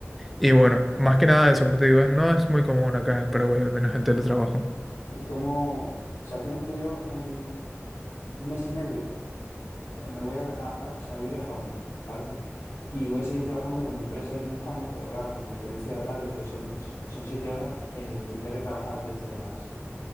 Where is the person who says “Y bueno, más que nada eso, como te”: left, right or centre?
Centre